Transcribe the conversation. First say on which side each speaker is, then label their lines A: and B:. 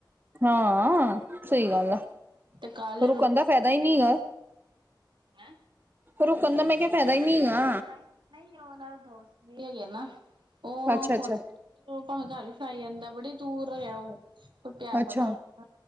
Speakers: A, on the right; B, on the right.
A: ਹਾਂ ਸਹੀ ਗੱਲ ਆ
B: ਤੇ ਕੱਲ
A: ਰੁਕਣ ਦਾ ਫਾਇਦਾ ਹੀ ਨਹੀਂ ਗਾ।
B: ਹੈਂ।
A: ਰੁਕਣ ਦਾ ਮੈ ਕਿਹਾ ਫਾਇਦਾ ਹੀ ਨੀ ਗਾ।
B: ਨਹੀਂ ਉਹਨਾਂ ਦੋਸਤ ਨਹੀਂ ਹੈਗੇ ਨਾ, ਉਹ
A: ਅੱਛਾ ਅੱਛਾ
B: ਫੋਨ ਕੀਤਾ। ਉਹ ਭਾਵੇਂ ਘਰ ਵੀ ਫਾਈ ਜਾਂਦਾ ਬੜੀ ਦੂਰ ਗਿਆ ਉਹ ਪਰ ਪਿਆਰ
A: ਅੱਛਾ
B: ਬੜਾ ਹੋ ਜਾਂਦਾ